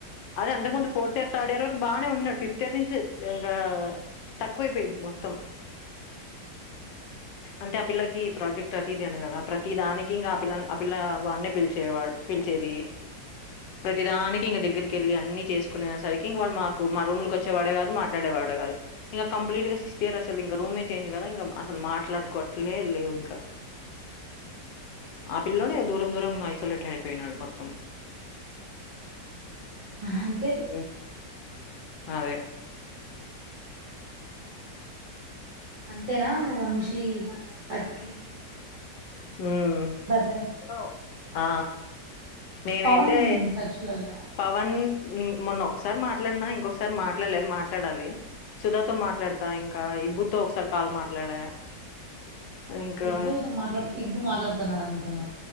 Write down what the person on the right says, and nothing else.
అంతే
అ అంతేనా ఇంగ వంశీ అక్కి
బర్రె
పవన్ టచ్ లో లేడా
ఇబ్బూతో మాట్లాడ ఇబ్బు మాట్లాడతా నాడా నితో